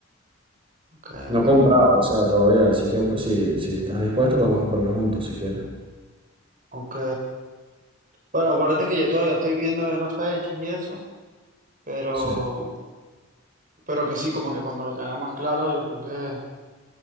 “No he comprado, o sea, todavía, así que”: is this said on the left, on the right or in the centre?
Right